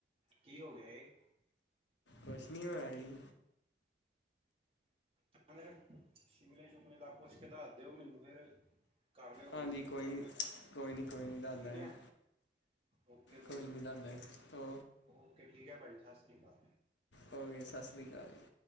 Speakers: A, on the right (about 30°); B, on the left (about 85°).
A: ਕੀ ਹੋ ਗਿਆ ਇਹ।
B: ਕੁਛ ਨੀ ਹੋਇਆ ਜੀ।
A: ਤਾਂ ਮੇਰਾ ਸ਼ਿਮਲੇ -ਸ਼ੁਮਲੇ ਦਾ ਪੁੱਛ ਕੇ ਦੱਸ ਦਿਓ ਮੈਨੂੰ ਫੇਰ। ਕਰ ਲਿਓ
B: ਹਾਂਜੀ
A: ਫੋਨ ਜਦੋਂ
B: ਕੋਈ
A: ਜਾਣਾ
B: ਨਹੀਂ
A: ਹੋਏਗਾ
B: ਕੋਈ ਨਹੀਂ ਕੋਈ ਨਹੀਂ ਦੱਸ
A: ਠੀਕ
B: ਦਾਂਗੇ
A: ਹੈ। ਓਕੇ ਭਾਜੀ
B: ਕੋਈ ਨਹੀਂ
A: ਓਕੇ
B: ਦੱਸ ਦਾਂਗੇ
A: -ਓਕੇ ਠੀਕ ਹੈ ਭਾਜੀ ਸਤਿ ਸ੍ਰੀ ਅਕਾਲ।
B: ਓਕੇ ਸਤਿ ਸ਼੍ਰੀ ਅਕਾਲ ਜੀ।